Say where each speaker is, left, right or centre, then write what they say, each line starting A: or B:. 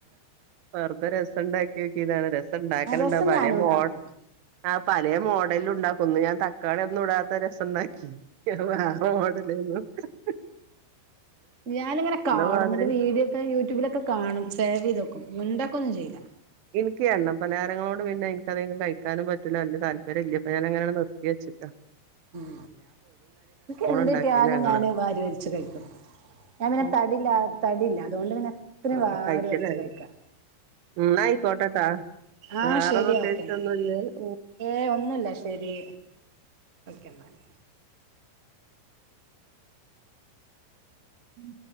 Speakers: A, on the right; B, on the right.
A: വെർതെ രസം ഇണ്ടാക്കി നോക്കിയതാണ് രസം ഇണ്ടാക്കല്
B: ആഹ് രസം
A: ഇണ്ടോ പലെ
B: ഞാനും
A: മോ
B: ഉണ്ടാക്കും
A: ആഹ് പലേ മോഡലും ഇണ്ടാക്കും ഇന്ന് ഞാൻ തക്കാളി ഒന്നും ഇടാത്ത രസം ഇണ്ടാക്കി <unintelligible>
B: ഞാനിങ്ങനെ കാണും
A: മാതിരി
B: ഇന്നട്ട് വീഡിയോ ഒക്കെ യൂട്യൂബിലൊക്കെ കാണും സേവ് ചെയ്ത് വെക്കും മുന്തക്കൊന്നും ചെയ്യില്ല
A: ഇൻക്ക് എണ്ണ പലഹാരങ്ങളോട് പിന്നെ ഇൻക്കദികം കഴിക്കാനും പ റ്റുല വെല്ല്യേ താല്പര്യല്ല ഇപ്പ ഞാനങ്ങനെണ്ട് നിർത്തി വെച്ചക്ക
B: ഉം ഇൻക്ക് എന്ത്‌
A: ഉണ്ടാക്കീന്
B: കിട്ടിയാലും
A: ഞങ്ങള്
B: ഞാന് വാരി വൽച്ച് കഴിക്കും ഞാൻ പിന്നെ
A: ഉം
B: തടില്ല തടില്ല അതുകൊണ്ട് പിന്നെ എത്രയും
A: ആഹ്
B: വാരി
A: കഴിച്ചിലായി
B: വൽച്ച് കഴിക്ക
A: ന്നാ അയ്കോട്ടട്ടൊ
B: ആഹ്
A: വേറെ
B: ശരി
A: പ്രേത്യേകിച്ച്
B: ഓക്കെ എന്നാൽ
A: ഒന്നും ഇല്ലല്ലോ?
B: ഏഹ് ഒന്നുല്ല ശെരി ഓക്കെ ന്നാല്
A: ഉം